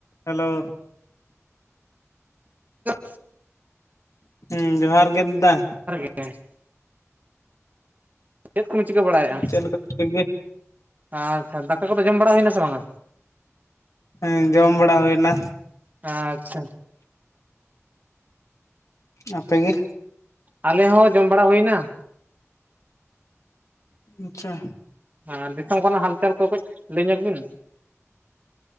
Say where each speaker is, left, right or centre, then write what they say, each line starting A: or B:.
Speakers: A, on the left (about 75°); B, on the right (about 30°).
A: Hello.
B: <unintelligible>
A: ᱦᱮᱸ ᱡᱚᱦᱟᱨ ᱜᱮ ᱫᱟᱫᱟ᱾
B: <unintelligible> ᱪᱮᱫ ᱠᱚᱵᱤᱱ ᱪᱤᱠᱟᱹ ᱵᱟᱲᱟᱭᱮᱫᱼᱟ᱾
A: ᱪᱮᱫ ᱞᱮᱠᱟ ᱴᱷᱤᱠ ᱜᱮ
B: ᱟᱪᱪᱷᱟ ᱫᱟᱠᱟ ᱠᱚᱫᱚ ᱡᱚᱢ ᱵᱟᱲᱟ ᱦᱩᱭᱱᱟ ᱥᱮ ᱵᱟᱝᱟ?
A: ᱮᱸ ᱡᱚᱢ ᱵᱟᱲᱟ ᱦᱩᱭᱱᱟ᱾
B: ᱟ ᱟᱪᱪᱷᱟ᱾
A: ᱟᱯᱮ ᱜᱮ
B: ᱟᱞᱮ ᱦᱚᱸ ᱡᱚᱢ ᱵᱟᱲᱟ ᱦᱩᱭᱱᱟ᱾
A: ᱟᱪᱪᱷᱟ᱾
B: ᱮᱸ ᱫᱤᱥᱚᱢ ᱠᱷᱚᱱᱟᱜ ᱦᱟᱞᱪᱟᱞ ᱠᱚ ᱠᱟᱹᱡ ᱞᱟᱹᱭ ᱧᱚᱜ ᱵᱤᱱ?